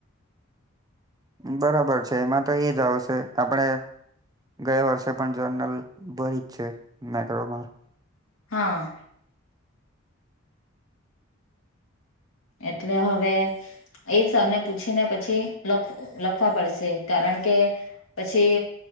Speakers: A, on the right; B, on the left.
A: બરાબર છે એમાં તો એ જ આવશે આપડે ગયા વર્ષે પણ જર્નલ ભરી જ છે મેક્રોમાં
B: હા એટલે હવે એ સરને પૂછીને પછી લખ લખવા પડશે કારણ કે પછી